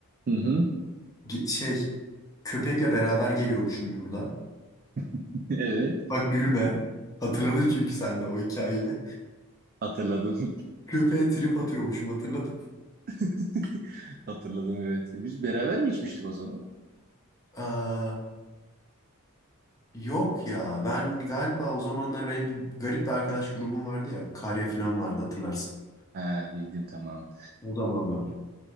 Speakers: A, on the right; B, on the left.
A: Hı hı.
B: Ge- Şey Köpekle beraber geliyormuşum yurda.
A: <laughs> Evet
B: Bak gülme. Hatırladın çünkü sen de o hikayeyi.
A: hatırladım.
B: Köpeğe trip atıyormuşum hatırladım.
A: <laughs> Hatırladım evet. Biz beraber mi içmiştik o zaman?
B: Aa, yok ya ben galiba o zamanlar benim bir- garip bir arkadaş grubum vardı ya. Karya falan vardı hatırlarsın.
A: Ha bildim tamam.
B: O zamanlar.